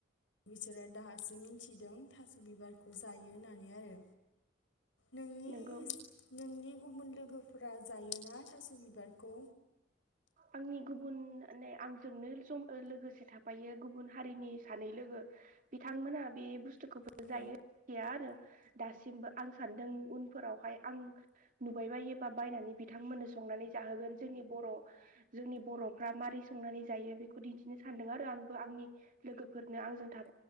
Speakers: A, on the left; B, on the right.
A: बिसोरो दाहासो मिथिदों थास बिबारखौ जायो होननानै आरो। नोंनि
B: नोंगौ
A: नोंनि गुबुन लोगो गोफोरा जायोना थास बिबारखौ?
B: आंनि गुबुन नै आंजोंनो ज लोगोसे थाफायो गुबुन हारिनि सानै लोगो बिथांमोना बे बुस थुखौबो
A: औ
B: जायो गैया आरो। दासिमबो आं सानदों उनफोरावहाय आं नुबायबायोबा बायनानै बिथांमोननो संनानै जाहोगोन जोंनि बर जोंनि बरफ्रा मारै संनानै जायो बेखौ दिन्थिनो सानदों आरो आंबो आंनि लोगोफोरनो आंजों थाब